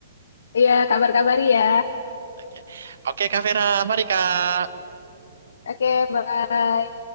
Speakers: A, on the left (about 70°); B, on the right (about 75°).
A: Iya, kabar-kabari ya.
B: Oke, Oke Kak Vera, mari Kak.
A: Oke, bye.